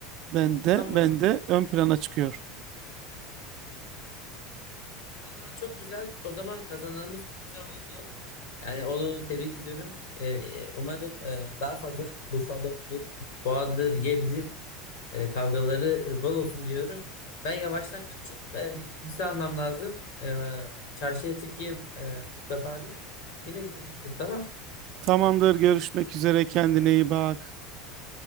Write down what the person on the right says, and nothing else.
bende
bende ön plana çıkıyor.
Tamamdır, görüşmek üzere kendine iyi bak.